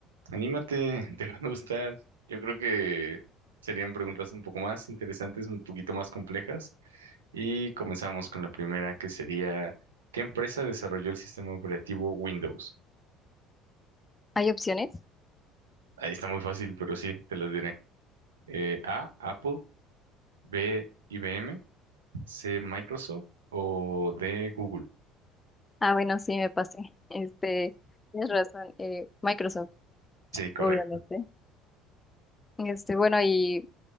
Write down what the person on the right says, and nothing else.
Anímate, <laughs> te va a gustar. Yo creo que serían preguntas un poco más interesantes, un poquito más complejas. Y comenzamos con la primera, que sería, ¿qué empresa desarrolló el sistema operativo Windows?
Ahí está muy fácil, pero sí, te las diré. Eh, A, Apple, B, IBM. ¿C Microsoft o de Google?
Sí, correcto.